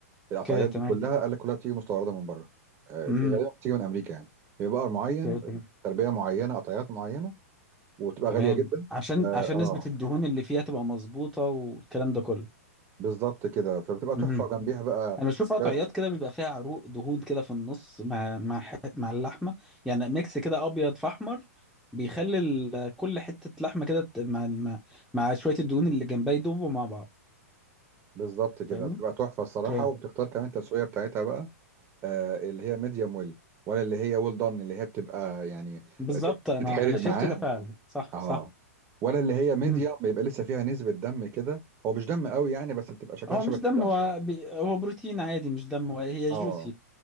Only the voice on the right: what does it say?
القطعيات
دي
كلها قال لك كلها بتيجي مستورده من بره آه،
غالبا بتيجي من امريكا يعني بيبقى بقر معين
تربيه معينه قطعيات معينه وتبقى
غاليه جدا
فا
اه
بالظبط كده فبتبقى تحفه
وجنبيها بقى
شويه
بالظبط كده
بتبقى تحفه الصراحه
وبتختار كمان التسويه بتاعتها بقى آه، اللي هي ميديوم ويل ولا اللي هي ويل دون اللي هي بتبقى يعني
ت-
تتحرق
معاه
اه
ولا اللي هي ميديوم
بيبقى لسه فيها نسبة دم كده هو مش دم قوي يعني بس بتبقى شكلها
شبه
الدم
اه